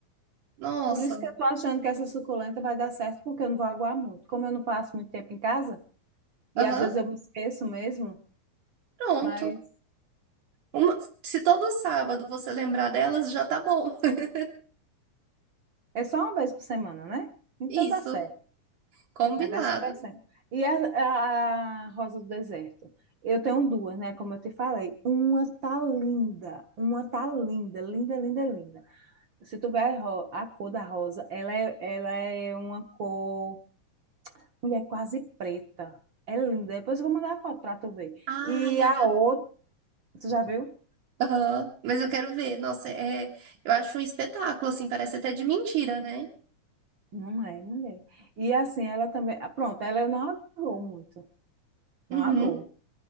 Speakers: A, on the right; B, on the right.
A: nossa.
B: Por isso que eu tô achando que essa suculenta vai dar certo, porque eu não vou aguar muito. Como eu não passo muito tempo em casa,
A: Aham,
B: e às vezes eu me esqueço mesmo,
A: pronto.
B: mas
A: Uma- se todo sábado você lembrar delas, já tá bom. <laughs>
B: é só uma vez por semana, né? Então
A: Isso,
B: dá certo.
A: combinado.
B: Vai dar super certo. E a, a Rosa do Deserto? Eu tenho duas, né? Como eu te falei. Uma tá linda. Uma tá linda, linda, linda, linda. Se tu ver a, ro- a cor da rosa, ela é, ela é uma cor. Mulher quase preta. É linda. Depois eu vou mandar a foto pra tu ver.
A: Ah,
B: E
A: eu
B: a
A: já
B: outra. Tu já viu?
A: Aham, mas eu quero ver. Nossa, é, eu acho um espetáculo, assim, parece até de mentira, né?
B: Não é, mulher. E assim, ela também. ah, Pronto, ela não agou muito. Não
A: Uhum,
B: agou.